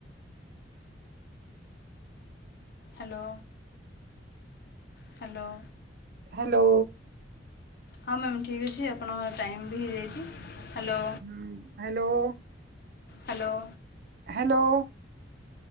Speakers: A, on the left (about 55°); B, on the right (about 50°).
A: ହ୍ୟାଲୋ ହ୍ୟାଲୋ
B: ହ୍ୟାଲୋ
A: ହଁ ମ୍ୟାମ୍ ଠିକ୍ ଅଛି ଆପଣଙ୍କର ଟାଇମ୍ ବି ହେଇଯାଇଛି। ହ୍ୟାଲୋ
B: ହଁ ହ୍ୟାଲୋ
A: ହାଲୋ
B: ହ୍ୟାଲୋ